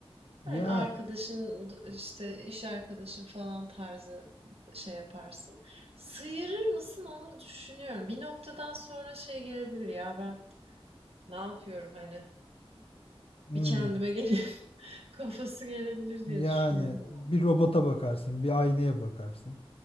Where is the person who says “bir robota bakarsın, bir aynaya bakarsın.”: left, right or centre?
Left